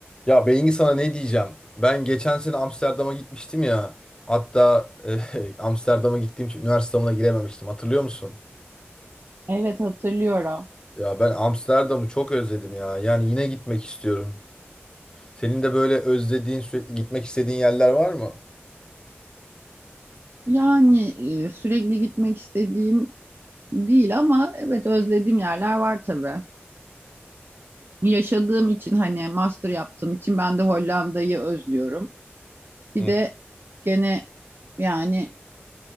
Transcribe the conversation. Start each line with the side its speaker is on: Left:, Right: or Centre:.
Left: Ya Bengi sana ne diyeceğim? Ben geçen sene Amsterdam'a gitmiştim ya. Hatta eh, <laughs> Amsterdam'a gittiğim için üniversite üniversiteme girememiştim. Hatırlıyor musun?
Right: Evet hatırlıyorum.
Left: Ya ben Amsterdam'ı çok özledim ya. Yani yine gitmek istiyorum. Senin de böyle özlediğin, sürekli gitmek istediğin yerler var mı?
Right: Yani e, sürekli gitmek istediğim değil ama evet özlediğim yerler var tabii. Yaşadığım için hani master yaptığım için ben de Hollanda'yı özlüyorum. Bir
Left: Hı
Right: de gene yani